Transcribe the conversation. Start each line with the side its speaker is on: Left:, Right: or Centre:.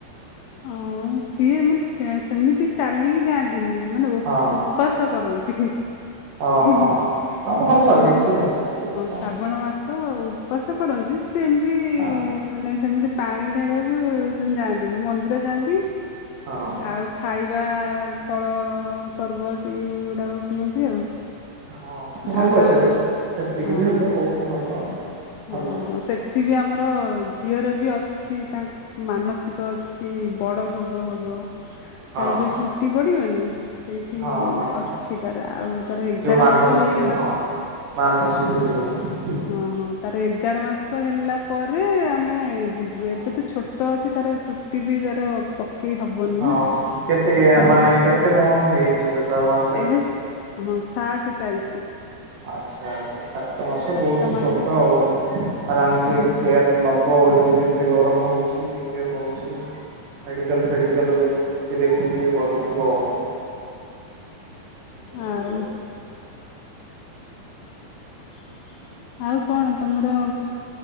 Left: ଅଁ ସିଏ ଏମିତି କେ ସେମିତି ଚାଲିକି ଯାଆନ୍ତି ଦିନି ମାନେ ଉ
Right: ହଁ
Left: ଉପବାସ କରନ୍ତି। ହିଁ
Right: ହଁ ହଁ
Left: ହିଁ
Right: ହଁ ହଁ
Left: ମାନେ
Right: ଭଲ କିଛି ନାହିଁ ସେଇ ତ
Left: ଶ୍ରାବଣ ମାସ ଆଉ ଉପାସ କରନ୍ତି ସେମିତି
Right: ହଁ
Left: ମାନେ ସେମିତି ପାଣି ଢାଳିବାକୁ ସେମିତି ଯାଆନ୍ତିନି ମ ମନ୍ଦିର ଜାଆନ୍ତି।
Right: ହଁ
Left: ଆଉ ଖାଇବା ଫଳ ସରବତ ଏଇଗୁଡାକ ପିଅନ୍ତି ଆଉ।
Right: ହଁ ଭଲ
Left: ଆ ଆ
Right: ସେତିକି ସେତିକି
Left: ହଁ
Right: ବି ହେଲେ ବୋହୁତ ଭଲ।
Left: ହଁ
Right: ଭଲ ସେମିତି
Left: ହଁ ସେଠି ବି ଆମର ଝିଅର ବି ଅଛି। ତାଙ୍କ ମାନସିକ ଅଛି ବଡ ଭୋଗ ହବ। ତାର
Right: ହଁ
Left: ଯୋଉ ଚୁଟି ପଡିବନି ସେଇଠି
Right: ହଁ ହଁ
Left: ଅଛି ତାର ଆଉ ତାର ଏଗାର
Right: ଯୋଉ ମାନସିକ
Left: ମାସ ହେଇଗଲା
Right: ହଁ ମାନସୀକୁ
Left: ହଁ
Right: ଯିବ ମୁ।
Left: ହଁ ହଁ ତାର ଏଗାର ମାସ ହେଲା ପରେ ଆମେ ଯିବୁ
Right: ହଁ
Left: ଏବେ ତ ଛୋଟ ଅଛି ତାର ଚୁଟି ବି ତାର ପକେଇ ହବନି
Right: ହଁ
Left: ନା
Right: କେତେ
Left: ତାର
Right: ମାନେ କେତେ ମନ୍ଥ ହେଇଛି ତାର ମାସ
Left: ଏବେ
Right: କେତେ।
Left: ହଁ ସାତ ଚାଲି
Right: ଆଚ୍ଛା ଆଚ୍ଛା ସ ସାତ ମାସ
Left: ସାତ
Right: ବହୁତ
Left: ମାସ
Right: ଛୋଟ ଆଉ ଆରାମସେ
Left: ହଁ ହଁ
Right: କେୟାର ନେବ ଆଉ ଏବେ ଯେମିତି ଗରମ ହେଉ ଇଏ ହଉଛି ମେଡିକାଲ ଫେଡିକାଲ୍ ଟିକେ ଦେଖିକି କରୁଥିବ ଆଉ। ଯେମିତି
Left: ଆଉ।
Right: ଇଏ ହଉଛି ଆଉ।
Left: <inaudible> ଆଉ କଣ ତମର